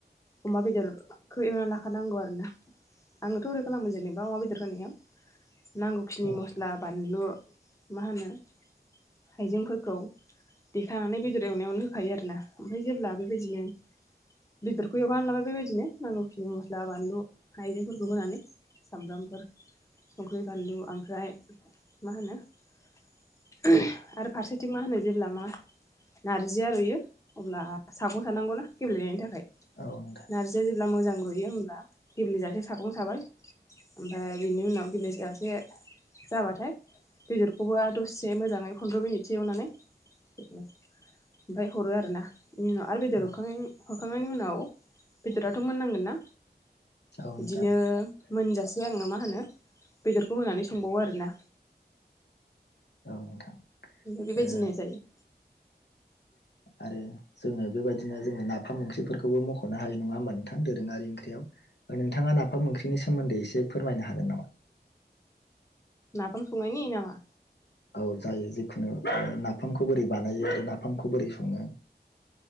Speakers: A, on the left (about 15°); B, on the left (about 75°).
A: अमा बेदरखौ एवनानै लाखानांगौ आरो ना, आङोथ' ओरै खालामो जेनेबा दा अमा बेदर होनायाव नांगौखिनि
B: औ
A: मस्ला
B: नोंथां
A: बानलु मा होनो हायजेंफोरखौ देखानानै बेदर एवनायावनो होखायो आरोना ओमफ्राय जेब्ला बेबायदिनो बेदरखौ एवखानानै लाबाय बेबायदिनो नांगौखिनि मस्ला बानलु हाइजेंफोरखौ होनानै। सामब्रामफोर संख्रि बानलु ओमफ्राय मा होनो आरो फारसेथिं मा होनो जेब्ला मा नारजिया रुयो अब्ला सागं सानांगौना गेब्लेनायनि थाखाय।
B: औ नोंथां।
A: नारजिया जेब्ला मोजां रुयो होमब्ला गेब्लेेजासे सागं साबाय। ओमफ्राय बिनि उनाव गेब्ले जासे जाबाथाय बेदरखौबो आरो दसे मोजाङै फन्द्र मिनिटसो एवनानै <unintelligible> ओमफ्राय हरो आरो ना। बेनि उनाव आरो बेदरखौ
B: औ
A: हरखां-हरखांनायनि उनाव बेदराथ मोननांगोन ना।
B: औ
A: बिदिनो
B: नोंथां
A: एसे आङो मा होनो बेदरखौ होनानै संबावो आरोना।
B: औ नोंथां।
A: बेबायदिनो
B: ओ
A: जायो।
B: आरो जोङो बेबायदिनो जोङो नाफाम ओंख्रिफोरखौबो मख'नो हायो नङा होनबा नोंथां दोरोंङारि ओंख्रियाव, नोंथाङा ओंख्रिनि सोमोन्दै एसे फोरमायनो हागोन नामा?
A: नाफाम संनायनि नामा?
B: औ जायो जिखुनु नाफामखौ बोरै बानायो आरो नाफामखौ बोरै सङो।